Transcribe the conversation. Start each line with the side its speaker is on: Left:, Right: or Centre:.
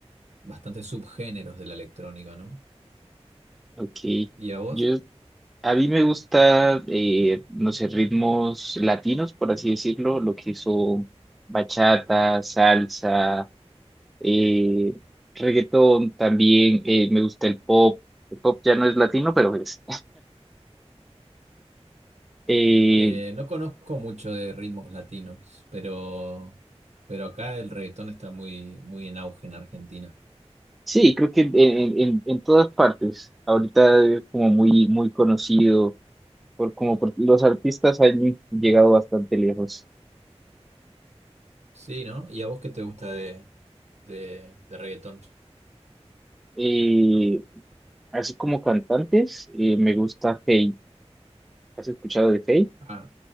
Right: bastante subgéneros de la electrónica, ¿no?
Centre: ok.
Right: ¿Y a vos?
Centre: Yo, a mí me gusta, eh, no sé, ritmos latinos, por así decirlo, lo que son bachata, salsa, eh, reggaetón también, eh, me gusta el pop, el pop ya no es latino, pero es. Eh,
Right: Eh, no conozco mucho de ritmos latinos, pero, pero acá el reggaetón está muy, muy en auge en Argentina.
Centre: sí, creo que en, en- en- en todas partes, ahorita es como muy, muy conocido, por, como por- los artistas han llegado bastante lejos.
Right: Sí, ¿no? ¿Y a vos qué te gusta de, de, de reggaetón?
Centre: Eh, así como cantantes, eh, me gusta Feid, ¿has escuchado de Feid?
Right: Ah,